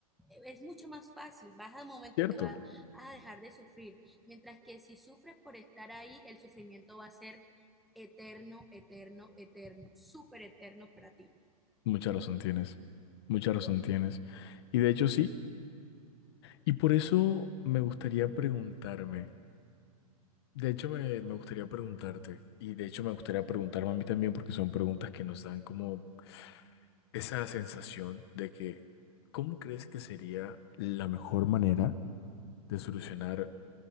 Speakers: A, in the centre; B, on the left (about 45°).
A: es mucho más fácil, vas al momento
B: Cierto.
A: que vas a dejar de sufrir, mientras que si sufres por estar ahí, el sufrimiento va a ser eterno, eterno, eterno, súper eterno para ti.
B: Mucha razón tienes. Mucha razón tienes. Y de hecho sí. Y por eso me gustaría preguntarme. De hecho me, me gustaría preguntarte. Y de hecho me gustaría preguntarme a mí también porque son preguntas que nos dan como esa sensación de que, ¿cómo crees que sería la mejor manera de solucionar